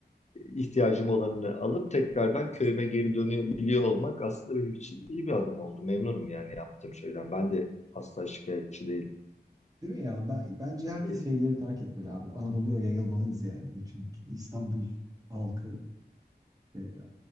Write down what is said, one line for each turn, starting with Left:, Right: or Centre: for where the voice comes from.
Left: ihtiyacım olanını alıp tekrardan köyüme geri dönebiliyor olmak aslında benim için iyi bir adım oldu. Memnunum yani yaptığım şeyden. Ben de asla şikayetçi değilim.
Right: Değil mi ya? Ben, bence herkes
Left: Ee,
Right: şehirleri terk etmeli abi. Anadolu'ya yayılmalıyız yani. Bütün İstanbul halkı. e, e,